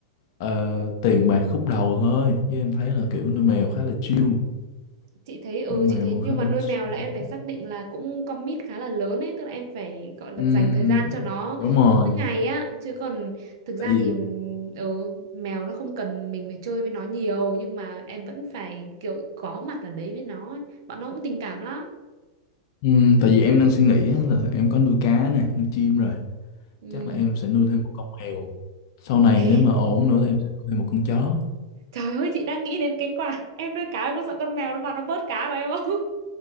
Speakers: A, on the left; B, on the right.
A: ờ, tiền bạc khúc đầu thôi chứ em thấy là kiểu nuôi
B: chỉ
A: mèo
B: cần
A: khá là chill
B: chị thấy ừ
A: nuôi mèo
B: chị thấy
A: khá
B: nhưng
A: là
B: mà nuôi
A: chill
B: mèo là em phải xác định là cũng commit khá là lớn ấy tức là em phải gọi là
A: Ừm,
B: dành thời gian cho nó
A: đúng rồi
B: mỗi ngày á chứ còn thực ra
A: tại vì
B: thì ừ mèo nó không cần mình phải chơi với nó nhiều nhưng mà em vẫn phải kiểu có mặt ở đấy với nó ấy. bọn nó cũng tình cảm lắm
A: ừm, tại vì em đang suy nghĩ á là em có nuôi cá nè nuôi chim rồi
B: ừ
A: chắc là em sẽ nuôi thêm một con mèo sau này nếu
B: Ê,
A: mà ổn nữa em sẽ nuôi thêm một con chó
B: trời ơi chị đang nghĩ đến cái quả em nuôi cá em có sợ con mèo nó vào nó bớt cá của em không